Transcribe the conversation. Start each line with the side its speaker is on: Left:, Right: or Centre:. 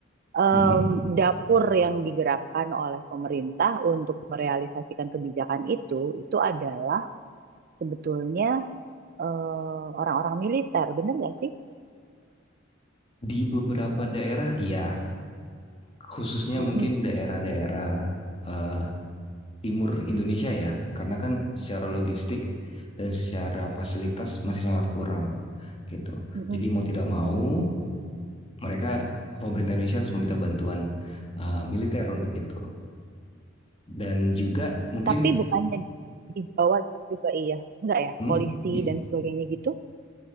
Right: Em,
Left: mm
Right: dapur yang digerakkan oleh pemerintah untuk merealisasikan kebijakan itu, itu adalah sebetulnya eh, orang-orang militer, benar nggak sih?
Left: di beberapa daerah ya khususnya
Right: Mm-mm,
Left: mungkin daerah-daerah eh, timur Indonesia ya, karena kan secara logistik dan secara fasilitas masih sangat kurang gitu.
Right: mm-mm, mm-mm.
Left: Jadi mau tidak mau mereka pemerintah Indonesia harus meminta bantuan eh, militer untuk itu. Dan juga mungkin
Right: Tapi bukannya di Jawa juga iya, enggak ya,
Left: hmm,
Right: polisi
Left: gi-
Right: dan sebagainya gitu